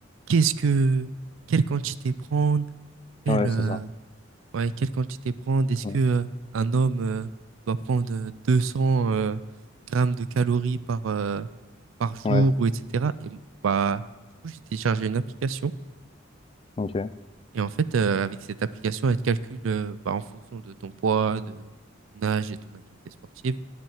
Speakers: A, on the right; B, on the left.
A: qu'est-ce que quelle quantité prendre, quelle
B: Ouais,
A: euh,
B: c'est ça.
A: ouais, quelle quantité prendre, est-ce
B: Mm.
A: que euh, un homme euh, doit prendre euh, 200 euh, grammes de calories par euh, par jour
B: Ouais,
A: ou etc. Et bah du coup j'ai téléchargé une application
B: ok,
A: et en fait, euh, avec cette application, elle te calcule euh, bah, en fonction de ton poids, de ton âge et ton activité sportive,